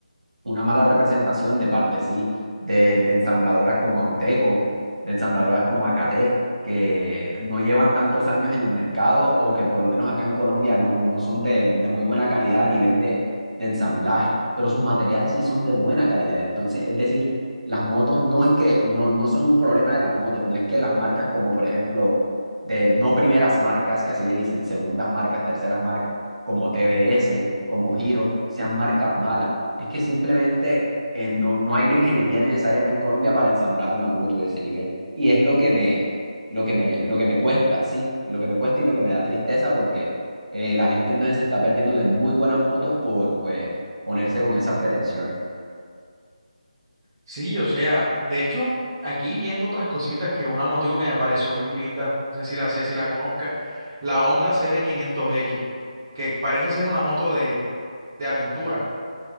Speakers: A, on the right (about 75°); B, on the right (about 25°).
A: una mala representación de parte, sí, de, de ensambladoras como Auteco, de ensambladoras como Acate, que no llevan tantos años en el mercado o que por lo menos acá en Colombia no, no son de, de muy buena calidad a nivel de, de ensamblaje, pero sus materiales sí son de buena calidad. Entonces, es decir, las motos no es que, no, no son un problema de las motos, no es que las marcas como por ejemplo, de no primeras marcas, que así le dicen, segundas marcas, terceras marcas, como TBS, como Giro, sean marcas malas es que simplemente eh, no, no hay la ingeniería necesaria acá en Colombia para ensamblar una moto de ese nivel. Y es lo que me, lo que me, lo que me cuesta, sí, lo que me cuesta y lo que me da tristeza porque eh, la gente entonces se está perdiendo de muy buenas motos por pues, ponerse con esas pretensiones.
B: Sí, o sea, de hecho, aquí viendo otras cositas que una motico que me pareció muy linda, no sé si la sé, si la conozca, la Honda CB500X, que parece ser una moto de, de aventura.